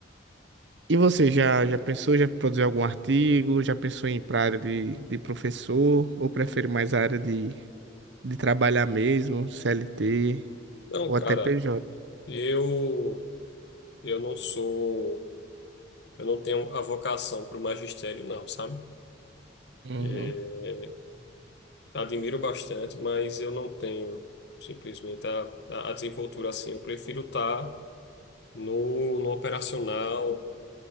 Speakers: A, on the right; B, on the left.
A: E você já, já pensou, já produziu algum artigo? Já pensou em ir para área de, de professor? Ou prefere mais a área de, de trabalhar mesmo, CLT
B: Não,
A: ou
B: cara,
A: até PJ?
B: eu eu não sou, eu não tenho a vocação para o magistério, não, sabe?
A: Uhum,
B: É, admiro bastante, mas eu não tenho simplesmente a, a desenvoltura assim. Eu prefiro estar no, no operacional,